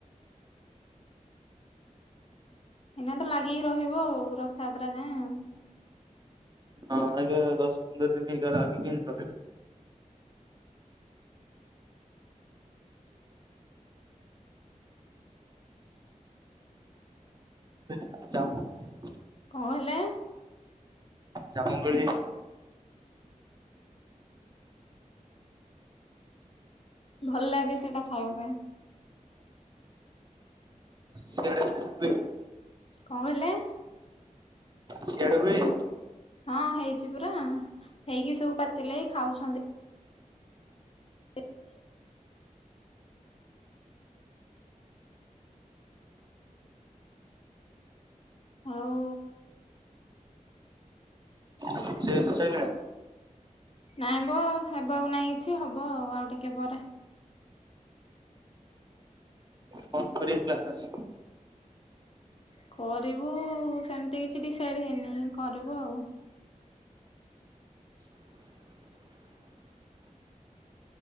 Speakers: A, on the left (about 45°); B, on the right (about 30°).
A: ଏଇନା ତ ଲାଗିକି ରହିବ ଆଉ, ରଥଯାତ୍ରା ଯାଏଁ ଆଉ।
B: ହଁ, ଅଇକା ଦଶ ପନ୍ଦର ଦିନି ଲାଗିକିନି ରହିବ। <inaudible>
A: କଣ ହେଲା?
B: ଜାମୁକୋଳି
A: ଭଲ ଲାଗେ ସେଟା ଖାଇବା ପାଇଁ।
B: ସିଆଡେ <inaudible>
A: କଣ କହିଲେ?
B: ସିଆଡେ ହୁଏ?
A: ହଁ, ହେଇଛି ପୁରାଁ ହେଇକି ସବୁ ପାଚିଲାଇ ଖାଉଛନ୍ତି। ଇସ୍ ଆଉ।
B: ରୋଷେଇ ବାସ ସଇଲାଣି।
A: ନାଇଁ ମ ହେବାକୁ ନାଇଁ କିଛି, ହବ ଆଉ, ଆଉ ଟିକେ ପରେ।
B: କଣ କରିବା ପ୍ଲାନ ଅଛି?
A: କରିବୁ-ଉ ସେମିତି କିଛି ଡିସାଇଡ୍ ହେଇନି କରିବୁ ଆଉ।